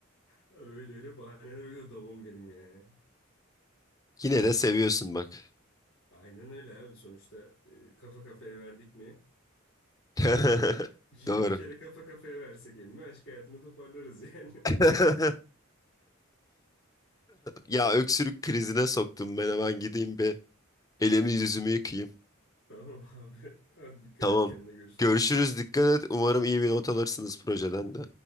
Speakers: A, on the left; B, on the left.
A: Öyle öyle bahaneler uydu babam benim yani.
B: Yine de seviyorsun bak.
A: Aynen öyle abi sonuçta e, kafa kafaya verdik mi?
B: <laughs>
A: Yirmi
B: Doğru.
A: kere kafa kafaya versek emmi aşk hayatını toparlarız yani. <laughs>
B: <laughs> Ya öksürük krizine soktum ben hemen gideyim bir elimi yüzümü yıkayayım.
A: Tamam abi. Hadi dikkat
B: Tamam.
A: et kendine görüşürüz.
B: Görüşürüz dikkat et. Umarım iyi bir not alırsınız projeden de.